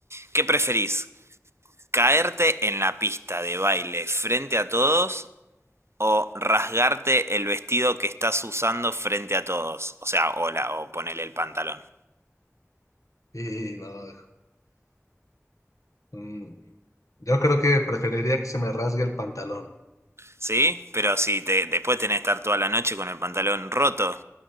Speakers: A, on the right; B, on the left.
A: ¿Qué preferís? ¿Caerte en la pista de baile frente a todos o rasgarte el vestido que estás usando frente a todos? O sea, hola, o ponele el pantalón.
B: Y no, mm, yo creo que preferiría que se me rasgue el pantalón.
A: ¿Sí? Pero si te, después tenés que estar toda la noche con el pantalón roto,